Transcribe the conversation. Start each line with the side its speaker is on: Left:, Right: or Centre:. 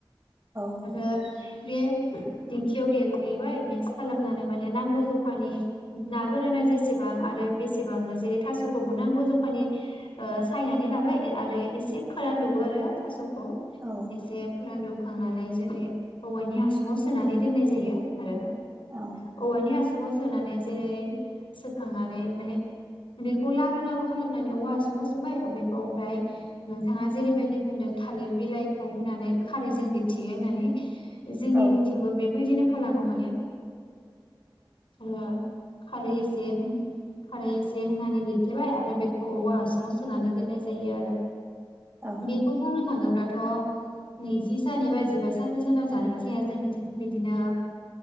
Right: औ
Left: आरो बे दिंखियाव दे-देेबाय मिक्स खालामनानै माने नांगौ जखानि ना गोराना जेसेबां आरो बेसेबांनो जेरै- थास'खौबो नांगौ जखानि ओ सायनानै लाबाय आरो एसे फोरानद'बो आरो थास' खौ
Right: औ
Left: एसे फोरानद'ब खांनानै जेरै- औवायनि हासुङाव सोनानै दोननाय जायो आरो
Right: औ
Left: औवानि हासु सुङाव सोनानै जेरै- सोखांनानै माने बेखौ लारु लारु खालामनानै औवा हासुङाव सोबाय बेखौ ओमफ्राय नोंथाङा जेरैबायदि होनदों थालिर बिलाइखौ होनानै खारैजों बिथियो होननानै। जोंनिथिंबो
Right: औ
Left: बेबायदिनो खालामो माने ओह। खारै एसे होन खारै एसे होनानै लिरथेबाय आरो बेखौ औवा हासुङाव सोनानै दोननाय जायो आरो।
Right: औ अ
Left: बेखौ बुंनो थाङोब्लाथ' नैजिस <unintelligible> एबा जिबा साननि सानाव जानायजाया जोंनिथिं बिदिनो